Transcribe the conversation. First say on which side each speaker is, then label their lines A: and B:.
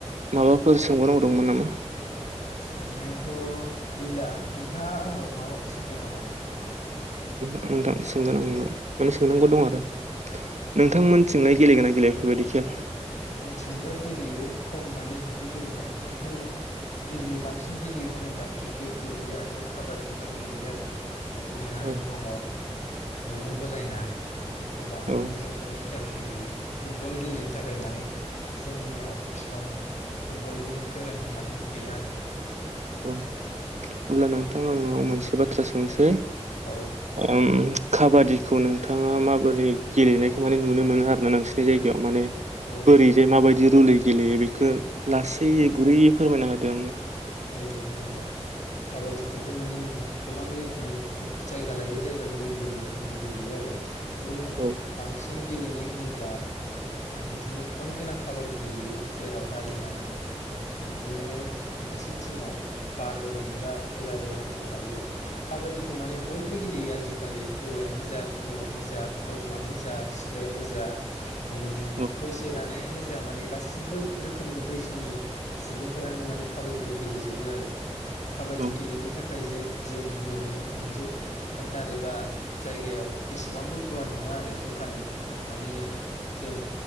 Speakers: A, on the right; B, on the left.
A: माबाफोर सोंबावनांगौ दंमोन नामा?
B: सोंनायाथ' गैला नोंथाङा आंनाव माबाफोर सोंनो नामा?
A: ओं नोंथां सोंगोन आं नोंनाव। माने सोंनांगौ
B: औ
A: दं आरो। नोंथांमोनथिंलाय गेलेगोना गेलेया बेफोरबायदि? खेल
B: जोंथिंबो गेलेयो, खम माने बिदि गेलेनाया। खिन्थु गेलेयो बांसिन गेलेयो होनोब्ला क्रिकेट गेलेयो आरो काबादिफोर गेलेयो आरोना। बिदिनो आरो
A: औ
B: दङ दुरुं बोलायनाय गोबां
A: औ
B: बायदि रोखोमनि खेल गेलेयो। फुटबल गेलेनो थाखाय माने जोंनियाव इसिबां फुटबलनि गोरों माने गैया आरो।
A: औ अब्ला नोंथां आं नोंनाव मोनसे बाथ्रा सोंनोसै।
B: औ
A: ओम खाबादिखौ नोंथाङा माबोरै गेलेनायखो माने नुनो मोनो आरोना नोंसोरनि जाय याव माने
B: औ
A: बोरैजाय माबादि रुलै गेलेयो बेखो लासै गुरैयै फोरमायना होदो आंनो।
B: औ दे होमबा। काबादिखौथ' माने गोबां रोखोमै जायगा लायै जाय गा गुबुन गुबुन रोखोमनि गेलेयो आरो बिदिनो
A: औ
B: बांसिन गेलेनाय होनोब्ला बिदिनो पइन्ट गोनां काबादि गेलेयो। जेरावहाय माने बिदिनो मोनसे टिमाव बार'जन एबा एगार'जनसो थायो। काबादिखौ माने बयबो गेलेयो आजिखालि हौवायानो जा हिनजावानो जा गथ'आनो जा सिख्लायानो जा माने
A: औ
B: बैसो रा नायानो जा माने गासिबो रोखोमनि बैसोनि सुबुंफोरानो माने काबादिखौ गेलेजोबो आरो काबादि
A: औ
B: गेलेनो था खाय जों गिबियावनो मोनसे फोथार एबा जायगायाव एसेबांबो गुवारा नङा मा आरो जखानि माने जों